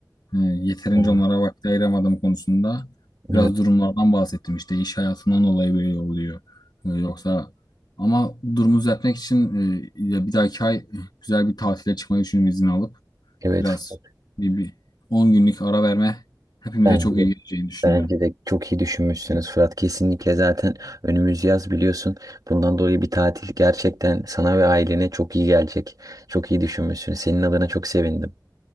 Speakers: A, on the left; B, on the right.
A: Ee, yeterince
B: Aynen.
A: onlara vakit ayıramadığım konusunda
B: Evet,
A: biraz durumlardan bahsettim. İşte iş hayatından dolayı böyle oluyor. Ee, yoksa ama durumu düzeltmek için e, ya bir dahaki ay e, güzel bir tatile çıkmayı düşünüyorum izin alıp
B: evet
A: biraz
B: Fırat.
A: bir, bir 10 günlük ara verme hepimize
B: Bence
A: çok
B: de
A: iyi geleceğini düşünüyorum.
B: Bence de çok iyi düşünmüşsünüz Fırat. Kesinlikle zaten önümüz yaz biliyorsun. Bundan dolayı bir tatil gerçekten sana ve ailene çok iyi gelecek. Çok iyi düşünmüşsünüz. Senin adına çok sevindim.